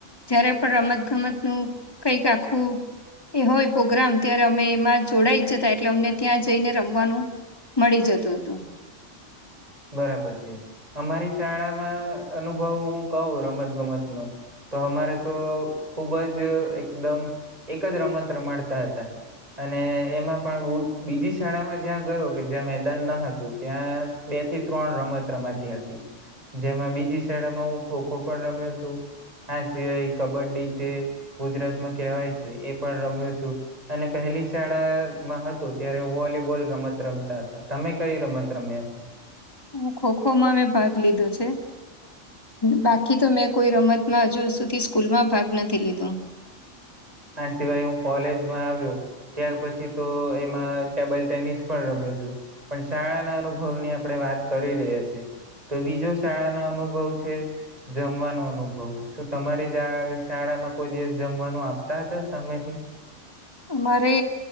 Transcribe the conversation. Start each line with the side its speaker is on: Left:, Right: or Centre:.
Left: જયારે પણ રમત ગમત નું કંઈક આખું એ હોય પોગ્રામ ત્યારે અમે એમાં જોડાઈ જ જતા, એટલે અમને ત્યાં જઈને રમવાનું મળી જતું હતું.
Right: બરાબર છે. અમારી શાળામાં અનુભવ હું કહું રમત ગમત નો તો અમારે તો ખુબ જ એકદમ એક જ રમત રમાડતા હતા. અને એમાં પણ બીજી શાળામાં જ્યાં ગયો કે જ્યાં મેદાન ન હતું, ત્યાં બે થી ત્રણ રમત રમાતી હતી. જેમાં બીજી શાળામાં હું ખો ખો પણ રમ્યો છું આ સિવાય કબડ્ડી જે ગુજરાતમાં કહેવાય છે એ પણ રમ્યો છું, અને પહે હેલી શાળામાં હતું ત્યારે વોલીબોલ રમત રમતા હતા. તમે કઈ રમત રમ્યા છો?
Left: હું ખો ખોમાં મેં ભાગ લીધો છે. બાકી તો મેં કોઈ રમતમાં હજુ સુધી સ્કૂલમાં ભાગ નથી લીધો.
Right: આ સિવાય હું કોલેજમાં આવ્યો ત્યાર પછી તો એમાં ટેબલ ટેનિસ પણ રમ્યો છું પણ શાળાના અનુભવની આપણેે વાત કરી રહ્યા છે તો બીજો શાળાનો અનુભવ છે જમવાનો અનુભવ શું તમારી શાળામાં કોઈ દિવસ જમવાનું આપતા હતા સમયથી
Left: અમારે